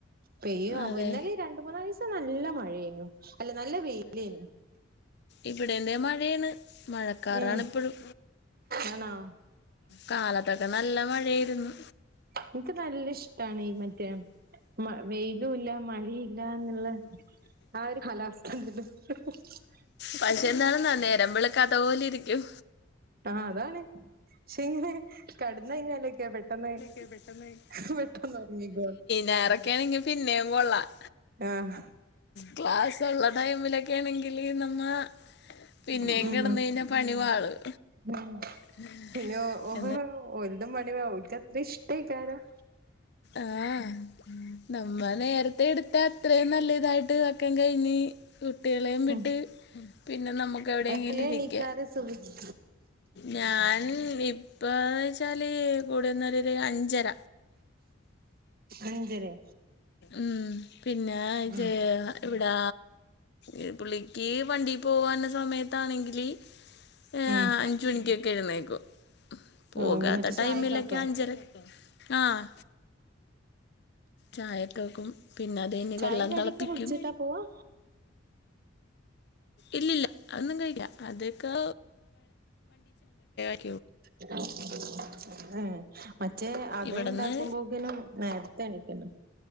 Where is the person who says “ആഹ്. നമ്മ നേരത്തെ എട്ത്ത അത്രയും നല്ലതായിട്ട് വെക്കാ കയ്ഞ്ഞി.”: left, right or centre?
Left